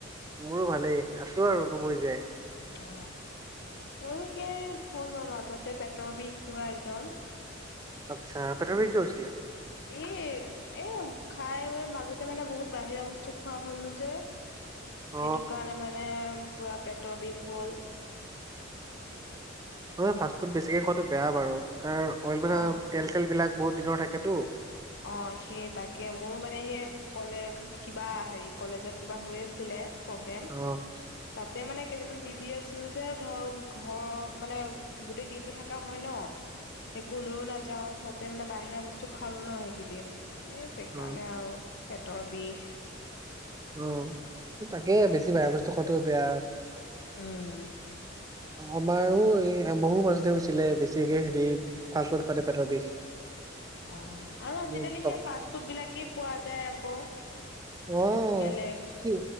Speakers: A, on the right; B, on the left.
A: মোৰো ভালেই, আছো আৰু নমৰি জীয়াই।
B: অ, মোৰ সেই হ'ল মাজতে পেটৰ বিষ পুৰা একদম।
A: আচ্ছা! পেটৰ বিষ কিয় হৈছিলে?
B: এই এ, খাই মাজতে মানে বহুত বাহিৰা বস্তু খোৱা হ'লো যে।
A: অ
B: সেইটো কাৰণে মানে পুৰা পেটৰ বিষ হ'ল।
A: হয়, ফাষ্টফুড বেছিকৈ খোৱাটো বেয়া বাৰু, তাৰ অইল মানে,
B: অ
A: তেল-চেল বিলাক বহুত দিনৰ থাকেতো।
B: অ', সেই তাকে, মোৰো মানে সেই ক'লে। কিবা হেৰি, কলেজত কিবা হৈ আছিলে প্ৰগ্ৰেম।
A: অ
B: তাতে মানে, কেইদমান বিজি আছিলোঁ যে, ত' ঘৰৰ মানে গোতেটেই দিনটো থাকা হয় ন, একো লৈও নাযাওঁ, তাতে মানে বাহিৰা বস্তু খালো ন সেই একেইদিন, এই সেইকাৰণে
A: অ
B: আৰু পেটৰ বিষ।
A: অ', তাকে বেছি বেয়া বস্তু খোৱাটো বেয়া।
B: উম
A: আমাৰো, এই মোৰো মাজতে হৈছিলে, বেছিকে হেৰি ফাষ্ট ফুড খাওতে পেটৰ বিষ।
B: অ', আৰু আজিকালি
A: মোৰ ডক-
B: সেই, ফাষ্ট ফুড বিলাকেই পোৱা যায় আকৌ।
A: অ',
B: বেলেগ
A: কি,